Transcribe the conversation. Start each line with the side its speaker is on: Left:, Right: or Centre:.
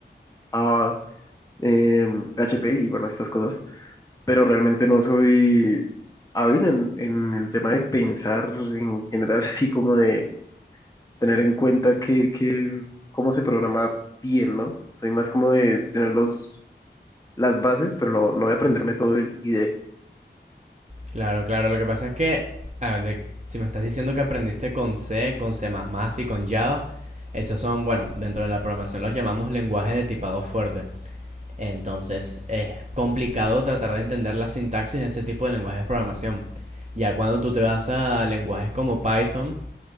Left: Java, em, PHP y, bueno, estas cosas pero realmente no soy hábil en, en el tema de pensar en general, <laughs> así como de tener en cuenta que, que cómo se programa bien, ¿no? Soy más como de tener los, las bases, pero no, no de aprenderme todo el IDE.
Right: Claro, claro. Lo que pasa es que, a ver, de- si me estás diciendo que aprendiste con C, con C++ y con Java, esos son, bueno, dentro de la programación los llamamos lenguaje de tipado fuerte. Entonces es complicado tratar de entender la sintaxis de ese tipo de lenguajes de programación. Ya cuando tú te vas a lenguajes como Python,